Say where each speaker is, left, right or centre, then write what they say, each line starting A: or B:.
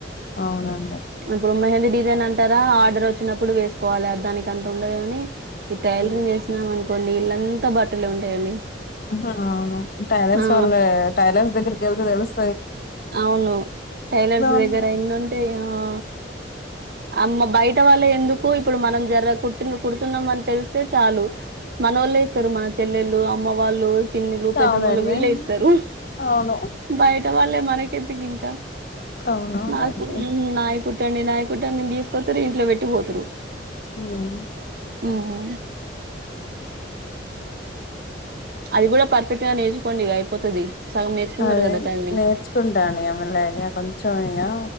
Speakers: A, on the left; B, on the right.
A: అవునండి
B: ఇప్పుడు మెహందీ డిజైన్ అంటారా ఆర్డర్ వచ్చినప్పుడు వేసుకోవాలి అ దానికి అంత ఉండదు కాని ఈ టైలరగ్
A: ఉమ్,
B: చేసినాం అను కొండి ఇళ్ళంతా బట్టలే ఉంటాయండి
A: హా అవును టైలర్స్
B: ఆ
A: వాళ్ళ టైలర్స్ దగ్గరకి ఏళ్తు తెలూస్
B: అవును టైలర్స్
A: ఉన్న
B: దగ్గర ఎన్ని ఉంటాఏమో అమ్మ బయట వాళ్ళ ఎందుకు ఇప్పుడు మనం జరగ కుట్టి కుడుతున్నాం అని తెలిస్తే చాలు మనోళ్లే ఇస్తారు మన చెల్లెళ్ళు అమ్మ వాళ్ళు పిన్నీలు పెద్దఅమ్మలు
A: అవునండి
B: వీళ్ళే ఇస్తారు
A: అవును
B: బయట వాళ్ళే మనకెంతకి ఇంకా
A: అవునవునండి
B: నాకు హ్మ్ నాయకు కట్టండి నాయకట్టండి నేను తీసుకొతారు ఇంట్లో పెట్టి పోతారు
A: ఉమ్
B: హుహు అది కూడా పర్ఫెక్ట్ గా నేర్చుకోండి ఇక అయిపోతది సగం నేర్చుకున్నారు
A: అదే
B: కదా టైలరింగ్
A: నేర్చుకుంటాను ఇగ మల్ల ఇక కొంచెం ఇగా